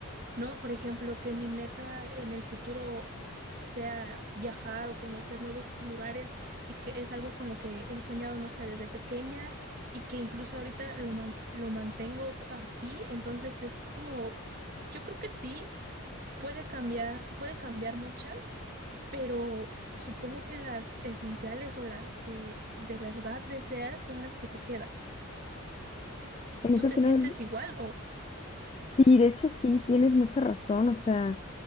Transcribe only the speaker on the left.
En eso
tiene,
sí, de hecho sí, tienes mucha razón, o sea,